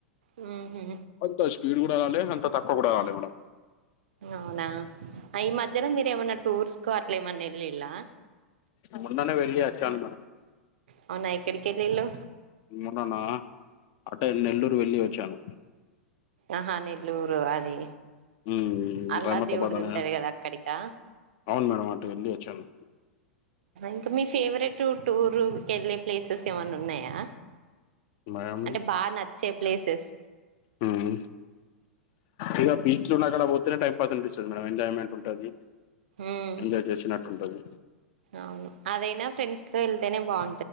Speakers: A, on the right; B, on the left.
A: ఉహు
B: అంత స్పీడ్ కూడ రాలే అంత తక్కువ కూడా రాలే మేడమ్
A: అవునా ఈ మధ్యలో మీరు ఏమన్న టూర్స్కు అట్ల ఏమన్న ఎల్లిల్లా?
B: మొన్ననే వెళ్ళి వచ్చాను మేడమ్
A: అవునా ఎక్కడికెళ్ళిళ్ళు
B: మొన్ననా అటే నెల్లూరు వెళ్ళి వచ్చాను
A: ఆహా నెల్లూరు అది
B: హ్మ్
A: అల్లా
B: రహమతాబాద్
A: దేవుడిది
B: అనే
A: ఉంటది కదా అక్కడికా
B: అవును మేడమ్ అటు వెళ్ళి వచ్చాను
A: ఇంకా మీ ఫేవరెట్ టూర్ కెళ్ళే ప్లేసెస్ ఏమన్న ఉన్నయా
B: మేడం
A: అంటే బాగా నచ్చే ప్లేసెస్
B: ఉమ్ ఇగ బీచ్లు ఉన్నకాడ పోతేనే టైంపాస్ అనిపిస్తది మేడం ఎంజాయ్మెంట్ ఉంటది
A: ఉమ్
B: ఎంజాయ్ చేసినట్టు ఉంటది
A: అవును అదైనా ఫ్రెండ్స్ తో వెళ్తేనే బాగు